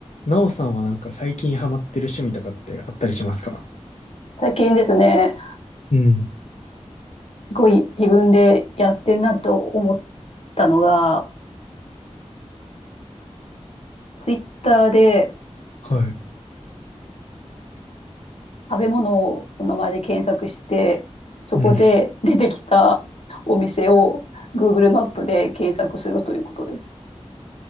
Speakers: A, on the left; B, on the left.
A: なおさんはなんか最近ハマってる趣味とかってあったりしますか
B: 最近ですね、
A: うん。
B: すごい自分でやってんなと思ったのが、ツイッターで
A: はい。
B: 食べ物をお名前で検索して、そこで出てきたお店を
A: うん。
B: Google マップで検索するということです。